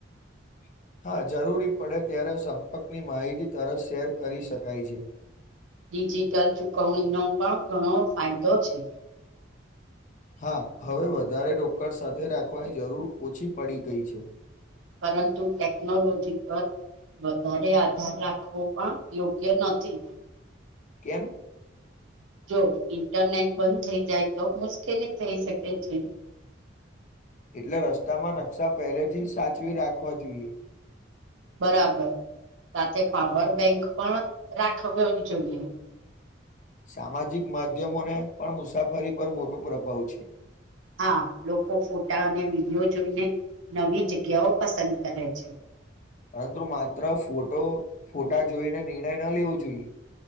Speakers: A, on the left; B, on the right.
A: <inaudible> હા જરૂરી પડે ત્યારે સંપર્કની માહિતી તરત શેર કરી શકાય છે
B: ડિજિટલ ચૂકવણીનો પણ ઘણો ફાયદો છે
A: હા હવે વધારે રોકડ સાથે રાખવાની જરૂર ઓછી પડી ગઈ છે
B: પરંતુ ટેક્નોલોજી પર વધારે આધાર રાખવો પણ યોગ્ય નથી
A: કેમ
B: જો ઇન્ટરનેટ બંધ થઈ જાય તો મુશ્કેલી થઈ શકે છે
A: એટલે રસ્તામાં નકશા પહેલેથી જ સાચવી રાખવા જોઈએ
B: બરાબર સાથે પાવર બેંક પણ રાખ્યો જ જોઈએ
A: સામાજિક માધ્યમોને પણ મુસાફરી પર મોટો પ્રભાવ છે
B: હા લોકો ફોટા અને વિડીિયો જોઈને નવી જગ્યાઓ પસંદ કરે છે
A: પરંતુ માત્ર ફોટો ફોટા જોઈને નિર્ણય ન લેવો જોઈએ